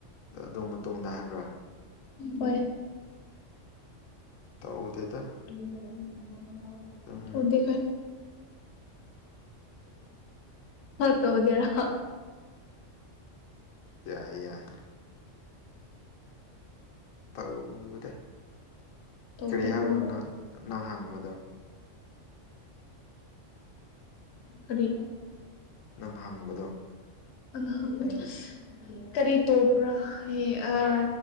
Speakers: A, on the left; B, on the left.
A: ꯑꯗꯨ ꯃꯇꯨꯡꯗ ꯍꯥꯏꯕ꯭ꯔꯥ
B: ꯍꯣꯏ
A: ꯇꯧꯗꯦꯗ
B: <unintelligible>
A: ꯑꯗꯨꯝ
B: ꯇꯧꯗꯦ ꯇꯧꯗꯦꯔ
A: ꯌꯥꯏꯌꯦ ꯌꯥꯏ ꯇꯧ
B: ꯇꯧꯗꯦ
A: ꯀꯔꯤ ꯍꯥꯏꯕꯅꯣ
B: ꯑꯣ
A: ꯅꯪ ꯅꯪ ꯍꯪꯕꯗꯣ
B: ꯀꯔꯤ
A: ꯅꯪ ꯍꯪꯕꯗꯣ
B: <unintelligible>
A: ꯅꯪꯒꯤ
B: ꯀꯔꯤ ꯇꯧꯕ꯭ꯔꯥ ꯍꯥꯌꯦ ꯑꯥ